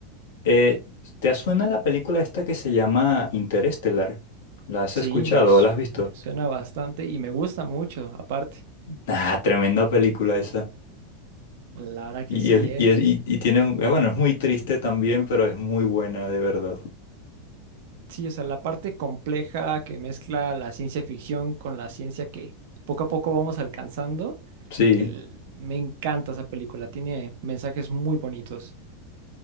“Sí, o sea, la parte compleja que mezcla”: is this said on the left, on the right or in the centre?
Right